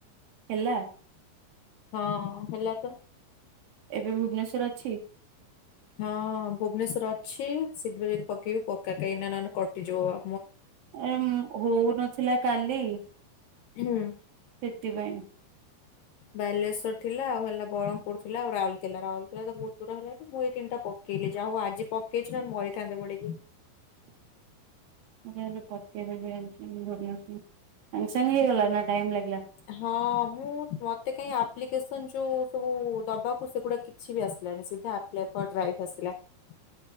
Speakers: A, on the right (about 65°); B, on the left (about 75°).
A: ହେଲା?
B: ହଁ ହେଲା ତ ।
A: ଏବେ ଭୁବନେଶ୍ୱର୍ ଅଛି?
B: ହଁ ଭୁବନେଶ୍ଵର ଅଛି ଶୀଘ୍ର ଯଦି ପକେଇବୁ ପକ୍କା କାଇଁନା ନନେ କଟିଯିବ ଆ
A: ଏ ଉୁଁ ହଉନଥିଲା କାଲି ।
B: ହୁଁ।
A: ସେତିପାଇଁ ।
B: ବାଲେଶ୍ଵର ଥିଲା ଆଉ ହେଲା ବରମ୍ ପୁର୍ ଥିଲା ଆଉ ରାଉରକେଲା ରାଉରକେଲା ତ ବହୁତ ଦୂର ହେଲା ମୁଁ ଏଇ ତିନିଟା ପକେ କେଇଲେ ଯାହା ହଉ ଆଜି ପକେଇଛି ନଲେ ମରିଥାନ୍ତି ପଡିକି ।
A: <unintelligible> ପକେଇ ଦେବି ଆଜି <unintelligible> ସାଙ୍ଗେ ସାଙ୍ଗେ ହେଇଗଲା ନା? ଟାଇମ ଲାଗିଲା
B: ହଁ ମୁଁ ମତ୍ ତେ କାଇଁ ଆପ୍ଲିକେସନ୍ ଯୋଉ ସବୁ ଦବାକୁ ସେଗୁଡା କିଛି ବି ଆସଲାନି ସିଧା ଆପ୍ଲାଏ ଫର୍ ଡ୍ରାଇଭ୍ ଆସିଲା ।